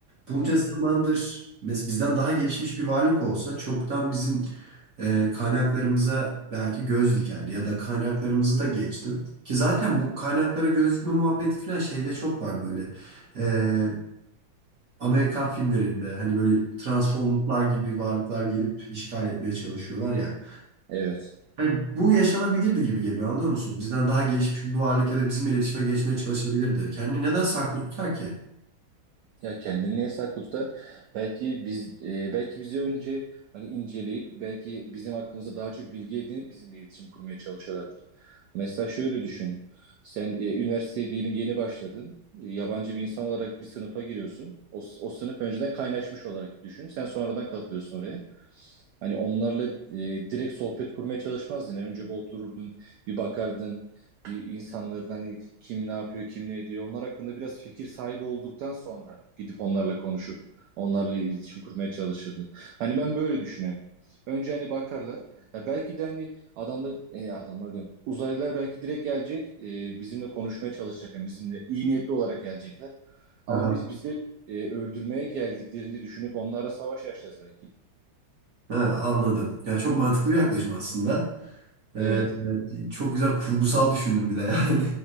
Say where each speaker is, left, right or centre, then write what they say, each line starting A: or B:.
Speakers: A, on the right; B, on the right.
A: bunca
B: Hı.
A: zamandır mes bizden daha gelişmiş bir varlık olsa çoktan bizim e, kaynaklarımıza belki göz dikerdi ya da kaynaklarımızı da geçtim. Ki zaten bu kaynaklara göz dikme muhabbeti falan şeyde çok var böyle. E, Amerikan filmlerinde hani böyle Transformers'lar gibi varlıklar gelip işgal etmeye çalışıyorlar ya.
B: Evet.
A: Hani bu yaşanabilirdi gibi geliyor anlıyor musun? Bizden daha gelişmiş bir varlık ya da bizim iletişime geçmeye çalışabilirdi. Kendini neden saklı tutar ki?
B: Ya kendini niye saklı tutar? Belki biz e, belki bizi önce hani inceleyip belki bizim hakkımızda daha çok bilgi edinip bizimle iletişim kurmaya çalışıyorlardır. Mesela şöyle düşün. Sen e, üniversiteye diyelim yeni başladın. E, yabancı bir insan olarak bir sınıfa giriyorsun. O, s- o sınıf önceden kaynaşmış olarak düşün. Sen sonradan katılıyorsun oraya. Hani onlarla e, direkt sohbet kurmaya çalışmazdın. Önce bir otururdun, bir bakardın. Bir insanların hani kim ne yapıyor, kim ne ediyor. Onlar hakkında biraz fikir sahibi olduktan sonra gidip onlarla konuşup onlarla iletişim kurmaya çalışırdın. Hani ben böyle düşünüyorum. Önce hani bakarlar. Ya belki de hani adamlar e, adamlar diyorum. Uzaylılar belki direkt gelecek. e, bizimle konuşmaya çalışacak. Hani bizimle iyi niyetli olarak gelecekler.
A: Aha.
B: Ama biz bizi e, öldürmeye geldiklerini düşünüp onlara savaş açacağız belki.
A: Ha, anladım. Ya çok mantıklı bir yaklaşım aslında. Ee,
B: Evet.
A: çok güzel kurgusal düşündüm bir de yani.